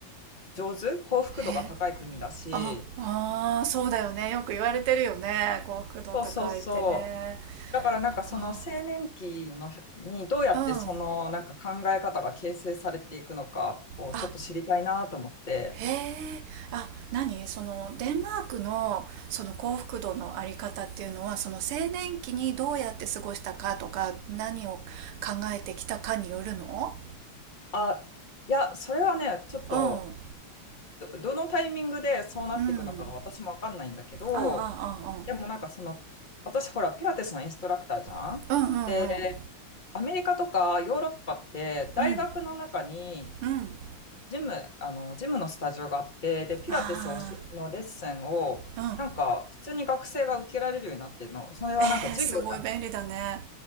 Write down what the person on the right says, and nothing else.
えああーそうだよねよく言われてるよね幸福度高いってね
あーうんあへえあ何そのデンマークのその幸福度のあり方っていうのはその青年期にどうやって過ごしたかとか何を考えてきたかによるの
うん
うんああ
ああああうんうんうん
うんうん
ああうん
えー、すごい便利だね